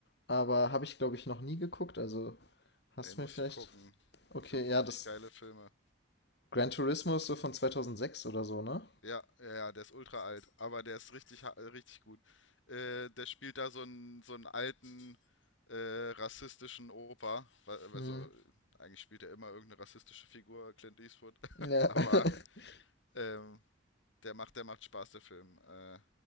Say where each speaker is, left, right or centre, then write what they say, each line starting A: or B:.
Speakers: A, on the left; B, on the left.
A: aber habe ich, glaube ich, noch nie geguckt. Also hast
B: Ey, musst
A: du mir vielleicht.
B: du gucken.
A: Okay,
B: Sind
A: ja,
B: wirklich
A: das.
B: geile Filme.
A: Gran Turismo ist so von 2006 oder so, ne?
B: Ja, ja, ja, der ist ultra alt, aber der ist richtig, ha- äh, richtig gut. Äh, der spielt da so einen, so einen alten äh, rassistischen Opa. Wa-
A: Hm.
B: Also, äh, eigentlich spielt er immer irgendeine rassistische Figur, Clint Eastwood.
A: Ja.
B: <laughs> Aber
A: <laughs>
B: ähm, der macht, der macht Spaß, der Film. Äh,